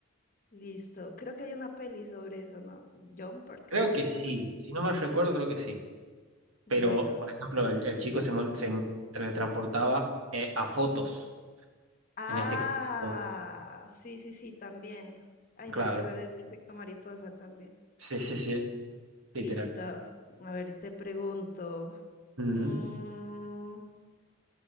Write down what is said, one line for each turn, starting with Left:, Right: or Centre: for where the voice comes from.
Left: Listo. Creo que hay una peli sobre eso, ¿no? Jumper, creo
Right: Creo
Left: que
Right: que
Left: se
Right: sí.
Left: llama.
Right: Si no mal recuerdo, creo que sí.
Left: Bueno.
Right: Pero, por ejemplo, el, el chico se, mol-
Left: Ujú.
Right: se teletransportaba eh, a fotos,
Left: Ah,
Right: en este caso.
Left: sí, sí, sí, también. Ay,
Right: Claro.
Left: me acordé del efecto mariposa también.
Right: Sí, sí, sí. Literal.
Left: Listo. A ver, te pregunto,
Right: Ujú.
Left: mm,